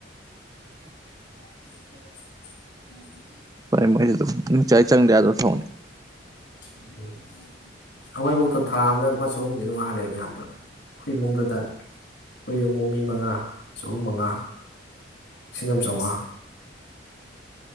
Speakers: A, on the left; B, on the right.
A: <unintelligible>
B: ꯍꯣꯏ ꯃꯣꯏꯗꯤ ꯑꯗꯨꯝ ꯅꯨꯡꯆꯥꯏ ꯆꯪꯗ ꯌꯥꯗꯕ ꯁꯨꯝ
A: ꯎꯝ ꯑꯩꯈꯣꯏꯕꯥꯎꯇ ꯊꯥ ꯑꯃꯗ ꯂꯨꯄꯥ ꯆꯍꯨꯝꯗꯤ ꯑꯗꯨꯝ ꯍꯟꯂꯦꯕ ꯌꯥꯝꯗ꯭ꯔꯕꯗ ꯑꯩꯈꯣꯏ ꯏꯃꯨꯡꯗꯗ ꯑꯩꯈꯣꯏ ꯏꯃꯨꯡ ꯃꯤ ꯃꯉꯥ ꯆꯍꯨꯝ ꯃꯉꯥ ꯂꯤꯁꯤꯡ ꯑꯃ ꯆꯧꯉꯥ